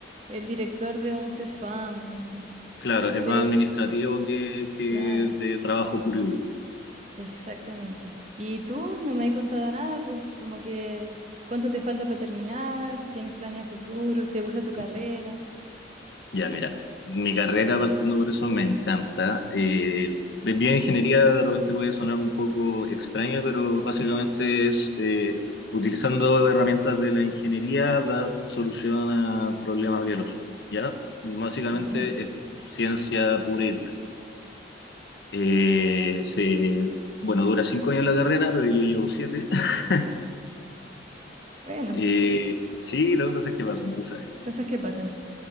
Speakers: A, on the right; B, on the left.
A: el director de un CESFAM, una cosa así.
B: Claro, es
A: Pero,
B: más administrativo que, que
A: claro.
B: de trabajo puro y duro.
A: Exactamente. ¿Y tú no me has contado nada? Pues como que, ¿cuánto te falta para terminar? ¿Tienes planes a futuro? ¿Te gusta tu carrera?
B: Ujú. Ya, mira, mi carrera partiendo por eso me encanta. Eh, de- bien, ingeniería de repente puede sonar un poco extraña, pero básicamente es eh, utilizando herramientas de la ingeniería dar solución a problemas biológicos. Ya, básicamente
A: Ujú.
B: es ciencia pura y dura. Eh, se, bueno, dura cinco años la carrera, pero yo llevo siete. <laughs>
A: Bueno,
B: Eh, sí, no, cosas que pasan, tú sabes.
A: cosas que pasan.